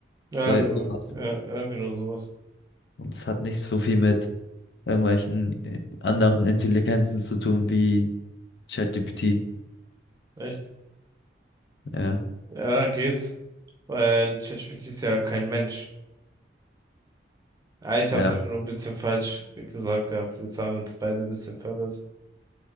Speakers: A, on the right (about 20°); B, on the left (about 65°).
A: Ja,
B: so,
A: genau.
B: sowas.
A: Ja, ja, genau sowas.
B: Und das hat nicht so viel mit irgendwelchen äh, anderen Intelligenzen zu tun, wie ChatGPT.
A: Echt?
B: Ja,
A: Ja, geht. Weil ChatGPT ist ja kein Mensch. Ah, ich
B: ja.
A: habe es aber nur ein bisschen falsch gesagt gehabt. Jetzt haben wir uns beide ein bisschen verwirrt.